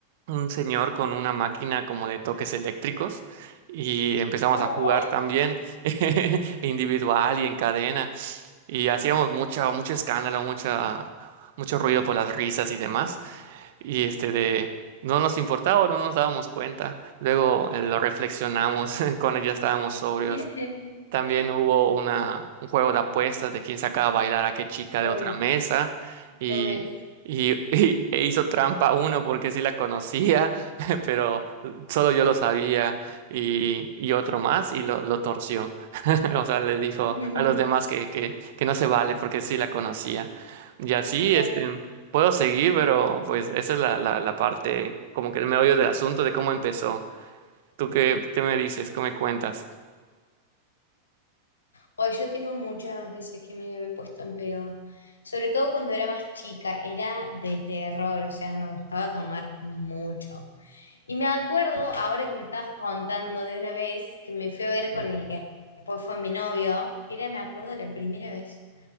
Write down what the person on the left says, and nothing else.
no.
<laughs>
Oh,
está
buenísimo.
<laughs>
Claro.
Hoy yo tengo muchas veces que me he puesto en pedo, sobre todo cuando era más chica, era de terror, o sea, me gustaba tomar mucho. Y me acuerdo, ahora que me estabas contando de una vez que me fui a ver con el que después fue mi novio, era, me acuerdo, la primera vez